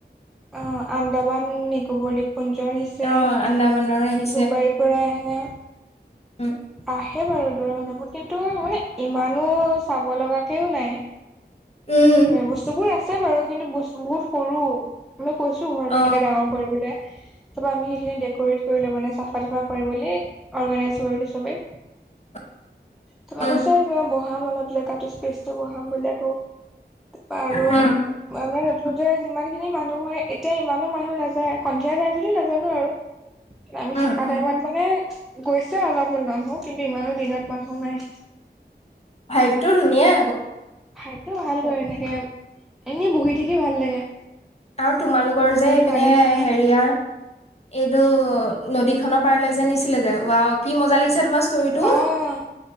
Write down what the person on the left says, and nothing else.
অ', আন্দামানৰ আহিছে
উম,
উম,
অ',
<inaudible>
<inaudible>
উম,
উম,
উম,
উম,
ভায়েকটো ধুনীয়া।
আৰু তোমালোকৰ
যে এইপিনে
হেৰিয়াৰ এইটো নদী খনৰ পাৰে যে নিছিলে যে বা কি মজা লাগিছে তোমাৰ ষ্টৰিটো